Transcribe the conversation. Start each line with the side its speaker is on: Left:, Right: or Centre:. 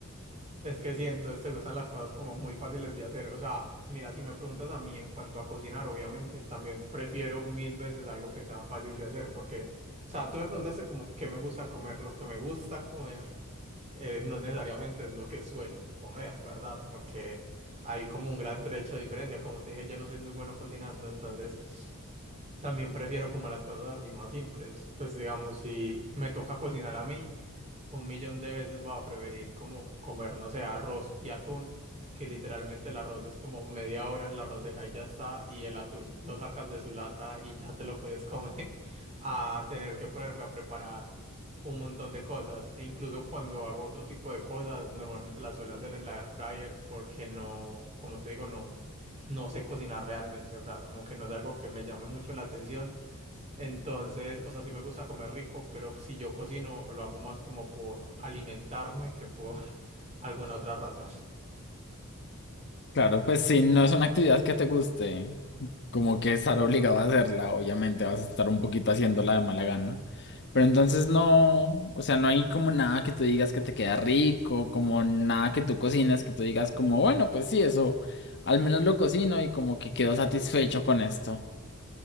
Right: Es que sí, entonces te gustan las cosas como muy fáciles de hacer. O sea, mira, si me preguntas a mí en cuanto a cocinar, obviamente, también prefiero mil veces algo que sea fácil de hacer, porque, o sea, tú me preguntaste como qué me gusta comer. Lo que me gusta comer eh, no necesariamente es lo que suelo comer, ¿verdad? Porque hay como un gran trecho de diferencia. Como te dije, yo no soy muy bueno cocinando, entonces... También prefiero como las cosas así más simples. Pues digamos, si me toca cocinar a mí, un millón de veces va a preferir como comer, no sé, arroz y atún, que literalmente el arroz es como media hora en la arrocera y ya está, y el atún lo sacas de su lata y ya te lo puedes comer, <laughs> a tener que ponerme a preparar un montón de cosas. E incluso cuando hago otro tipo de cosas, normalmente las suelo hacer en la air fryer porque no, como te digo, no no sé cocinar realmente, o sea, como que no es algo que me llame mucho la atención. Entonces, o sea, sí me gusta comer rico, pero si yo cocino, lo hago más como por alimentarme que por <laughs> alguna otra razón.
Left: Claro, pues si no es una actividad que te guste, como que estar obligado a hacerla, obviamente vas a estar un poquito haciéndola de mala gana. Pero entonces no, o sea, no hay como nada que tú digas que te queda rico, como nada que tú cocines que tú digas como, bueno, pues sí, eso, al menos lo cocino y como que quedo satisfecho con esto.